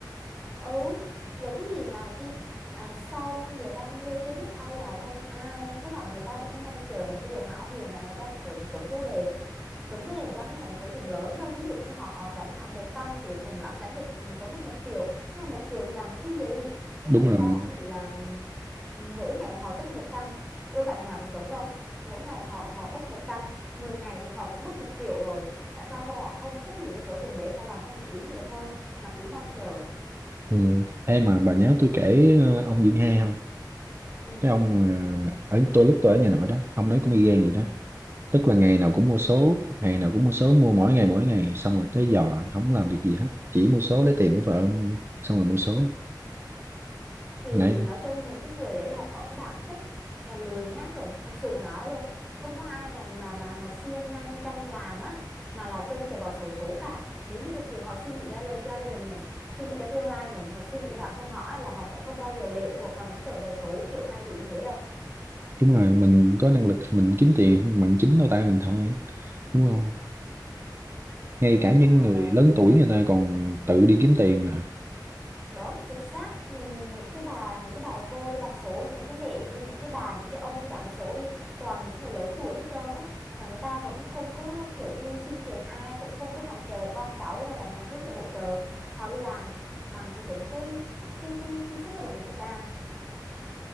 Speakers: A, in the centre; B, on the right.
A: ừ rồi cái gì mà chi à, sau 5 giờ 30 chưa biết ai giàu hơn ai tức là người ta vẫn cứ mong chờ một cái điều hão huyền rằng là người ta sẽ trúng trúng số đề trúng số đề thật ra không phải là số tiền lớn đâu ví dụ như họ đánh nặng 100 thì cùng lắm đánh được ừ, trúng mức một triệu nhưng mà 1 triệu thì làm được cái gì nhưng
B: đúng
A: mà tại
B: rồi
A: sao họ cũng nghĩ là ừ, mỗi ngày họ tích một trăm đâu phải ngày nào cũng trúng đâu mỗi ngày họ họ mất một trăm 10 ngày thì họ cũng mất một triệu rồi tại sao họ không tích lũy cái số tiền đấy họ làm công việc ý nghĩa hơn mà cứ mong chờ
B: ừ. Ê mà bà nhớ tôi kể ờ, ông Dưỡng Hai không?
A: ừ
B: cái ông ờ, ở tôi lúc tôi ở nhà nội đó ông đấy cũng y gan
A: Ừ,
B: vậy đó
A: ừ.
B: tức là ngày nào cũng mua số ngày nào cũng mua số mua mỗi ngày mỗi ngày xong rồi tới giò không làm việc gì hết chỉ mua số lấy tiền của vợ xong rồi mua số
A: Thì
B: nãy
A: nói chung những cái người đấy là họ có cái bản chất là lười nhác rồi thật sự mà nói luôn không có ai mà mà mà mà siêng năng chăm làm á mà là trông chờ vào xổ số cả nếu như thực sự họ suy nghĩ cho, cho gia đình này suy nghĩ cho tương lai này và suy nghĩ cho bản thân họ á, là họ sẽ không bao giờ lệ thuộc vào những tờ vé số kiểu may rủi như thế đâu
B: đúng rồi mình có năng lực thì mình kiếm tiền bằng chính đôi tay mình thôi đúng không ngay
A: nhưng
B: cả những
A: mà
B: người lớn tuổi người ta còn tự đi kiếm tiền mà
A: đúng chính xác nhìn, nhìn những cái bà những cái bà cô đi bằng số đi những cái mẹ đi những cái bà những cái ông đi bằng cái số đi toàn là những người lớn tuổi hết trơn á mà người ta vẫn không có kiểu đi xin tiền ai cũng không có nằm chờ con cháu hay là nhà nước để hỗ trợ họ đi làm bằng cái chính cái cái cái cái sức lao động của người ta